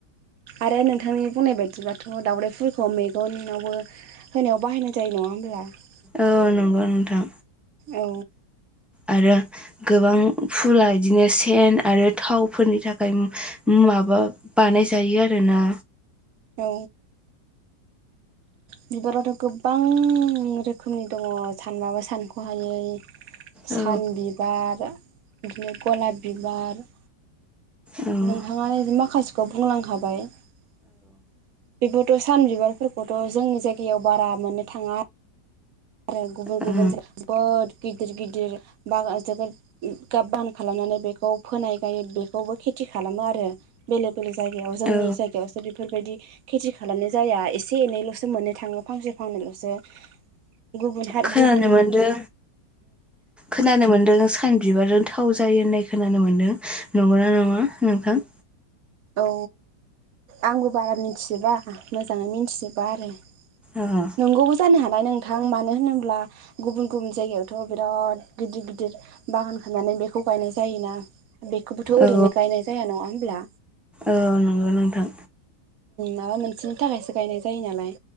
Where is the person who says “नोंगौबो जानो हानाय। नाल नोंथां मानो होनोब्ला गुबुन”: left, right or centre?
Right